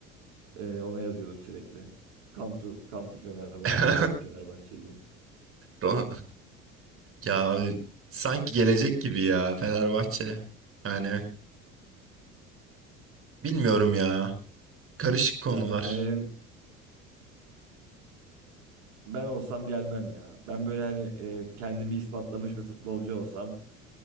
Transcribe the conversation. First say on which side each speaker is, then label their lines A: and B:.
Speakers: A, on the right (about 65°); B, on the right (about 35°).
A: E, ona yazıyordum sürekli. Come to, come to Fenerbahçe,
B: <laughs>
A: come to Fenerbahçe diye.
B: Ron- Ya abi, sanki gelecek gibi ya Fenerbahçe. Yani bilmiyorum ya. Karışık konular.
A: Yani Fener'in ben olsam gelmem ya. Ben böyle hani e, kendimi ispatlamış bir futbolcu olsam